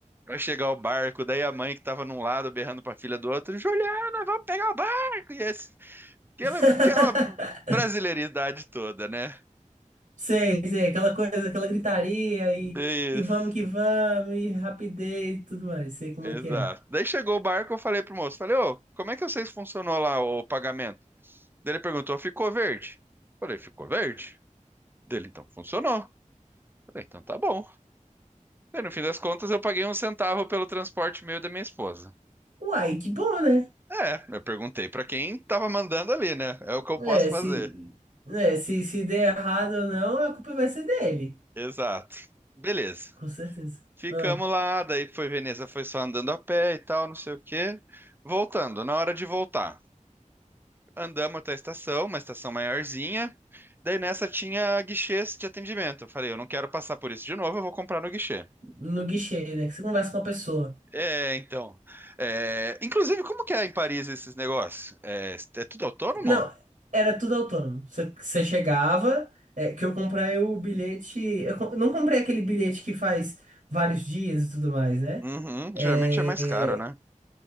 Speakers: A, on the right; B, on the right.
A: a chegar o barco. Daí a mãe que tava num lado berrando pra filha do outro: Juliana, vamos pegar o barco! E esse- aquela,
B: <laughs>
A: aquela brasileiridade toda, né?
B: Sei, sei, aquela coisa, aquela gritaria e,
A: Isso,
B: e vamos que vamos, e rapidez e tudo mais. Sei como
A: exato.
B: é que é.
A: Daí chegou o barco, eu falei pro moço, falei, ô, como é que vocês funcionou lá o pagamento? Daí ele perguntou, ficou verde? Falei, ficou verde? Dele, então, funcionou. Falei, então tá bom. Daí, no fim das contas, eu paguei um centavo pelo transporte meu e da minha esposa.
B: Uai, que bom, né?
A: É, eu perguntei pra quem tava mandando ali, né? É o que eu
B: É,
A: posso fazer.
B: se, né, se, se der errado ou não, a culpa vai ser dele.
A: Exato. Beleza.
B: Com certeza.
A: Ficamos
B: Ah,
A: lá, daí foi Veneza, foi só andando a pé e tal, não sei o quê. Voltando, na hora de voltar. andamos até a estação, uma estação maiorzinha. Daí nessa tinha guichês de atendimento. Eu falei, eu não quero passar por isso de novo, eu vou comprar no guichê.
B: no guichê, né? Que você conversa com a pessoa.
A: É, então. É, inclusive, como que é em Paris esses negócios? É, é tudo autônomo?
B: Não, era tudo autônomo. Você você chegava, é, que eu comprei o bilhete. Eu co- não comprei aquele bilhete que faz vários dias e tudo mais, né?
A: Uhum,
B: É,
A: geralmente é mais caro, né?